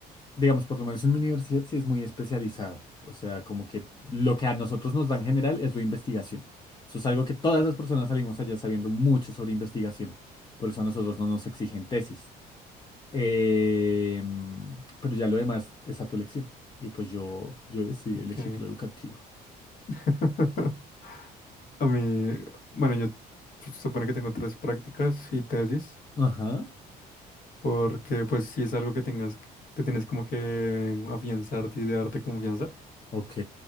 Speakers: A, on the left (about 25°); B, on the left (about 55°).
A: digamos, por lo menos en mi universidad sí es muy especializado. O sea, como que lo que a nosotros nos dan general es la investigación. Eso es algo que todas las personas salimos allá sabiendo mucho sobre investigación. Por eso a nosotros no nos exigen tesis. Eh, pero ya lo demás es a tu elección. Y pues yo, yo decidí
B: Ok.
A: elegir lo educativo.
B: <laughs> A mí, bueno, yo se supone que tengo tres prácticas y tesis,
A: Ajá.
B: porque pues si es algo que tengas, que tienes como que afianzarte y darte confianza.
A: Ok.